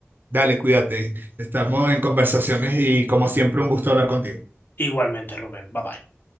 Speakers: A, on the right; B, on the left.
A: Dale, cuídate. Estamos en conversaciones y como siempre un gusto hablar contigo.
B: igualmente, Rubén, bye bye.